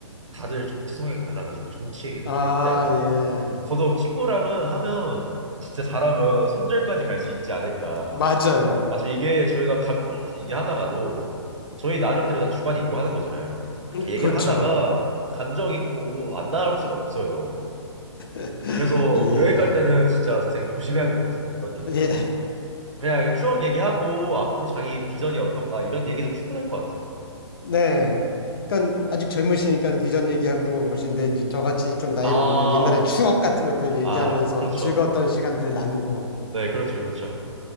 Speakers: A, on the right (about 80°); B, on the left (about 50°).
A: 다들 정치 성향이 달라가지고 정치 얘기는
B: 아,
A: 절대 안 합니다.
B: 예.
A: 더더욱 친구랑은 하면 진짜 잘하면 손절까지 갈 수 있지 않을까.
B: 맞아요.
A: 맞죠? 이게 저희가 감정 없이 얘기하다가도 저희 나름대로 다 주관이 있고 하는 거잖아요. 그렇게
B: 음,
A: 얘기를
B: 그렇죠.
A: 하다가 감정이 또 안 나올 수가 없어요.
B: <laughs>
A: 그래서
B: 예.
A: 여행 갈 때는 진짜 제 생각에 조심해야 될 것 같습니다. 그런 얘기는.
B: 예.
A: 그냥 추억 얘기하고 앞으로 자기 비전이 어떤가 이런 얘기도 충분할 것 같아요.
B: 네. 그러니까 아직 젊으시니까 비전 얘기하고 뭐 그러신데 이제 저같이 좀 나이
A: 아,
B: 먹으면 옛날에 추억 같은 것들 얘기하면서
A: 아, 그렇죠.
B: 즐거웠던 시간들 나누고
A: 네, 그렇죠, 그렇죠.